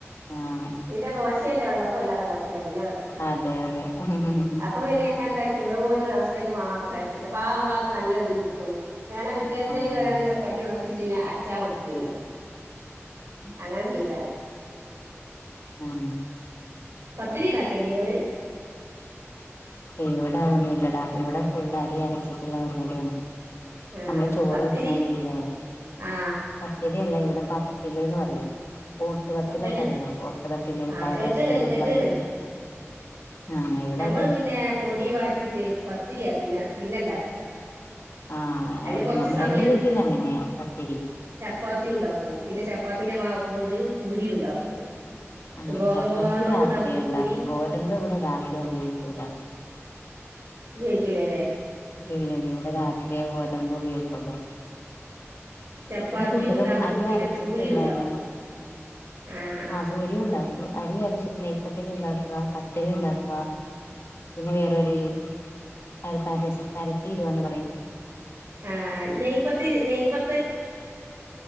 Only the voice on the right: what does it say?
പിന്നെ ദോശയല്ലേ വെള്ള വലത പിന്നെ കടക്ക
അപ്പൊ പിന്നെ എന്താ വെറും ഒരു ദിവസത്തേക്ക് മാത്രം അയച്ചക്ക പാവം പാ നല്ലതിന് കിട്ടൂ വേണെ പിറ്റേ എത്തേക്ക്
വേണെ കാര്യുള്ള ത്തിന് അച്ചാ മതിയല്ലോ അങ്ങനെ ചെയ്യലാണ്
പത്തിരി ഇതാാക്കെല്ലള്
ആ
പത്തിരി
ആ
പത്തല്
ആ
കേട്ടിണ്
കേട്ടിണ്
നമ്മള് പിന്നെ പൊടി വാട്ടിട്ട് പത്തിരിയാ പിന്നെ പിന്നെണ്ടാക്ക അക
അതിന് കൊറച്ച്
സമയം
എടുക്കും
ചപ്പാത്തി ഉണ്ടാക്കും പിന്നെ ചപ്പാത്തി ത്തിനമാവുകൊണ്ട് പൂരി ഉണ്ടാക്കും
ഗോതമ്പ്
മാവിനോട്
ഉണ്ടാക്കും പൂരി
ഉപയോഗിക്കില്ലല്ലേ
ചപ്പാത്തിയും
ഉണ്ടാക്കും
പിന്നെ
പൂരിയും ഉണ്ടാക്കും ആഹ് ആഹ്
ആഹ നെയ്പത്തിരി നെയ് പത്ത